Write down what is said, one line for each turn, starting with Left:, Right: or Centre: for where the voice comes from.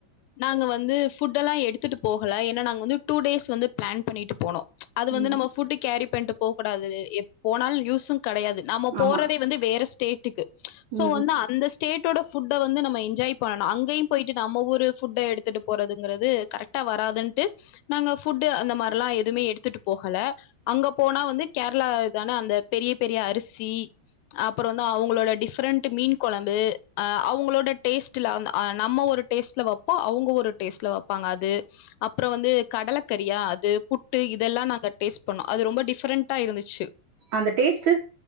Left: நாங்க வந்து ஃபுட் எல்லா எடுத்துட்டு போகல ஏனா நாங்க வந்து டூ டேஸ் வந்து பிளான் பண்ணிட்டு போனோ அது வந்து
Right: ம்.
Left: நம்ம ஃபுட்டு் கேரி பண்ட்டு போகூடாது எப் போனாலு யூஸு கடையாது நாம போறதே
Right: ஆமா.
Left: வந்து வேற ஸ்டேட் டிக்கு சோ
Right: ம்.
Left: வந்து அந்த ஸ்டேட்டோட ஃபுட்ட வந்து நம்ம என்ஜாய் பண்ணணு அங்கயு போய்ட்டு நம்ம ஊரு ஃபுட்ட எடுத்துட்டு போறதுங்கறது கரெட்டா வராதுன்ட்டு நாங்க ஃபுட்டு் அந்த மார்ல்லா எதுமே எடுத்துட்டு போகல அங்க போனா வந்து கேரளா தான அந்த பெரிய பெரிய அரிசி அப்பற வந்து அவுங்ளோட டிஃப்ரெண்ட்டு மீன் கொழம்பு ஆ அவுங்களோட டேஸ்ட்ல அந்த ஆ நம்ம ஒரு டேஸ்ட்ல வப் போ அவுங்க ஒரு டேஸ்ட்ல வப்பாங்க அது அப்புற வந்து கடலக்கரியா அது புட் டு இதெல்லா நாங்க டேஸ் பன்னோ அது ரொம்ப டிஃப்ரெண்டா இருந்துச்சி
Right: அந்த டேஸ்ட்டு